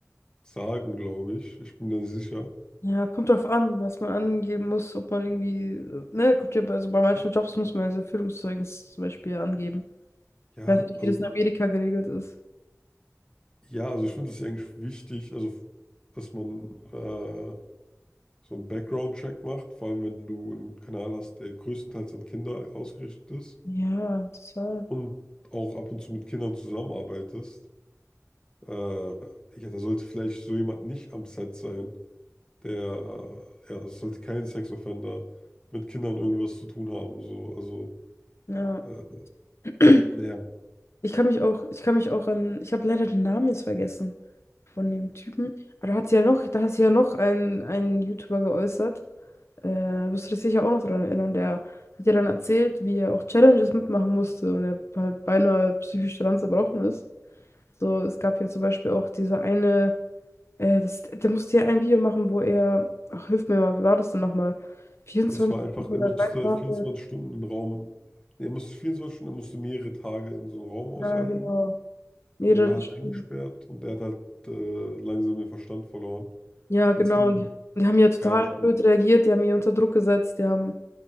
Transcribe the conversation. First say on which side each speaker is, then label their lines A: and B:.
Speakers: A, on the left; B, on the left.
A: sagen, glaube ich. Ich bin mir da nicht sicher.
B: Ja, kommt drauf an, was man angeben muss, ob man irgendwie, äh, ne, kommt ja, bei- also bei manchen Jobs muss man sein Führungszeugnis zum Beispiel ja angeben.
A: Ja,
B: Ich weiß ja nicht,
A: also
B: wie das in Amerika geregelt ist.
A: ja, also ich finde es eigentlich wichtig, also dass man äh, so einen Background-Check macht, vor allem wenn du einen Kanal hast, der größtenteils an Kinder ausgerichtet ist
B: Ja, total.
A: und auch ab und zu mit Kindern zusammenarbeitest. Äh, ja, da sollte vielleicht so jemand nicht am Set sein. der, ja, es sollte kein Sexoffender mit Kindern irgendwas zu tun haben. So, also,
B: Ja.
A: äh,
B: <clears throat>
A: naja,
B: Ich kann mich auch, ich kann mich auch an, ich habe leider den Namen jetzt vergessen von dem Typen. Aber da hat sie ja noch, da hat sie ja noch einen, einen YouTuber geäußert. Äh, wirst du dich sicher auch noch daran erinnern, der hat ja dann erzählt, wie er auch Challenges mitmachen musste und er halt beinahe psychisch daran zerbrochen ist. So, es gab ja zum Beispiel auch diese eine, äh, das, der musste ja ein Video machen, wo er, ach, hilf mir mal, wie war das denn nochmal? vierundzwanzig
A: es war einfach,
B: Stunden
A: er
B: oder
A: musste
B: drei Tage,
A: 24 Stunden in Raum, nee, er musste 24 Stunden, er musste mehrere Tage in so einem Raum aushalten
B: ja, genau, mehrere
A: und er war halt
B: Stunden.
A: eingesperrt und er hat halt äh, langsam den Verstand verloren
B: Ja, genau,
A: und es ging
B: und die, und die haben ja total
A: gar nicht gut.
B: blöd reagiert, die haben ihn unter Druck gesetzt, die haben